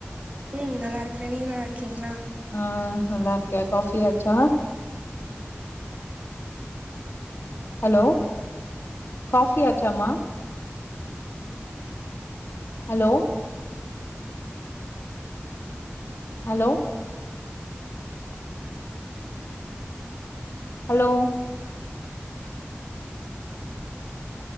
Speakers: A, on the right; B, on the left.
A: ம் நல்லா இருக்குறே நீங்க நல்லா இருக்கீங்களா
B: ஆ ஐ ஆம் ஓக்கே காஃபி ஆச்சா ஹலோ கஃபி ஆச்சாமா ஹலோ ஹலோ ஹலோ